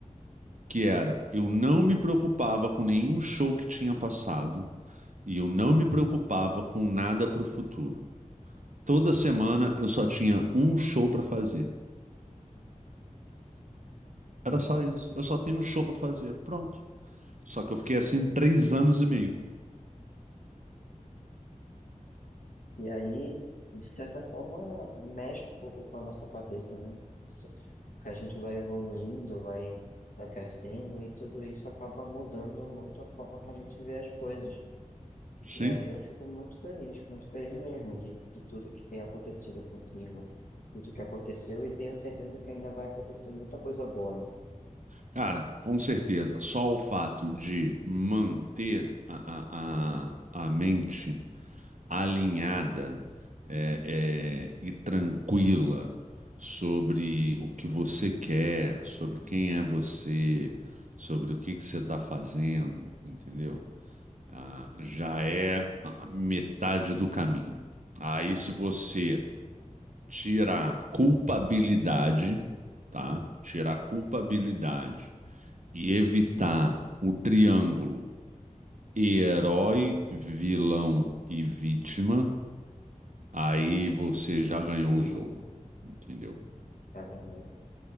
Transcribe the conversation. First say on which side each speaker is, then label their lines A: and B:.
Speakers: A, on the right (about 65°); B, on the left (about 85°).
A: que era eu não me preocupava com nenhum show que tinha passado e eu não me preocupava com nada para o futuro. Toda semana eu só tinha um show para fazer. Era
B: Hum.
A: só isso. Eu só tenho um show para fazer. Pronto. Só que eu fiquei assim três anos e meio.
B: E aí, de certa forma, mexe um pouco com a nossa cabeça, né? Se- Porque a gente vai evoluindo, vai, vai crescendo e tudo isso acaba mudando muito a forma que a gente vê as coisas.
A: Sim.
B: E aí eu fico muito feliz, muito feliz mesmo de, de tudo que tem acontecido contigo, tudo que aconteceu, e tenho certeza que ainda vai acontecer muita coisa boa, né?
A: Cara, com certeza. Só o fato de manter a, a, a, a mente alinhada é, é, e tranquila sobre o que você quer, sobre quem é você, sobre o que que você está fazendo, entendeu? Ah, já é a metade do caminho. Aí, se você tirar culpabilidade, tá? Tirar culpabilidade e evitar o triângulo herói, vilão e vítima aí você já ganhou o jogo, entendeu?
B: É verdade.